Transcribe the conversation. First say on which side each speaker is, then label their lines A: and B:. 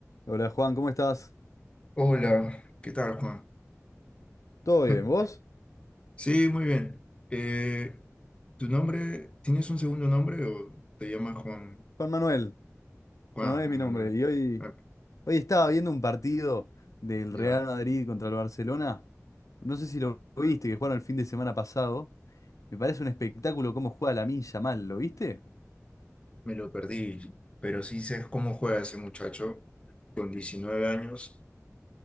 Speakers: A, on the left (about 80°); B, on the left (about 20°).
A: Hola Juan, ¿cómo estás?
B: Hola, ¿qué tal, Juan?
A: ¿Todo bien?
B: <laughs>
A: ¿Vos?
B: Sí, muy bien. Eh, ¿tu nombre, tienes un segundo nombre o te llamas Juan?
A: Juan Manuel.
B: Juan,
A: Juan Manuel
B: Juan
A: es mi nombre.
B: Manuel.
A: Y hoy,
B: Ah,
A: hoy estaba viendo un partido del Real
B: ya,
A: Madrid contra el Barcelona. No sé si lo viste, que jugaron el fin de semana pasado. Me parece un espectáculo cómo juega Lamine Yamal, ¿lo viste?
B: me lo perdí, pero sí sé cómo juega ese muchacho con 19 años.